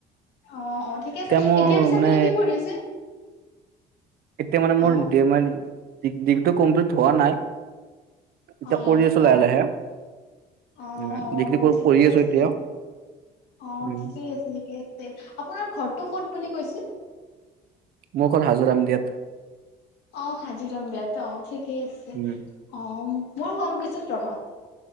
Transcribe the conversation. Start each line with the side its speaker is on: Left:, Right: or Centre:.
Left: অ' অ' ঠিকে আছে,
Right: মোৰ
Left: এতিয়া পিছে
Right: মানে
Left: আপুনি কি পঢ়ি আছে।
Right: এতিয়া মানে মোৰ
Left: অ
Right: <unintelligible> ডিগ্ৰীটো কমপ্লিট হোৱা নাই। এতিয়া
Left: অ
Right: কৰি আছো লাহে-লাহে,
Left: অ অ
Right: উম
Left: অ
Right: ডিগ্ৰী পঢ়ি
Left: ঠিকে
Right: আছো
Left: আছে
Right: এতিয়া।
Left: অ'
Right: উম,
Left: ঠিকেই আছে- ঠিকেই আছে, আপোনাৰ ঘৰটো ক'ত বুলি কৈছিল?
Right: মোৰ ঘৰ হাজো ৰামদিয়াত।
Left: অ' হাজোৰাম দিয়াত, অ' ঠিকেই আছে অ'।
Right: উম,
Left: মোৰ শুৱালকুছিত ৰ'বা।